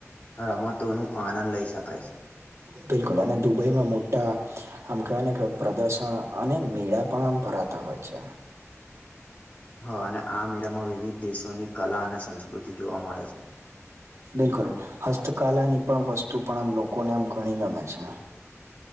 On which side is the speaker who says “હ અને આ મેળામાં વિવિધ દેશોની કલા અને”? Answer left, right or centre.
Left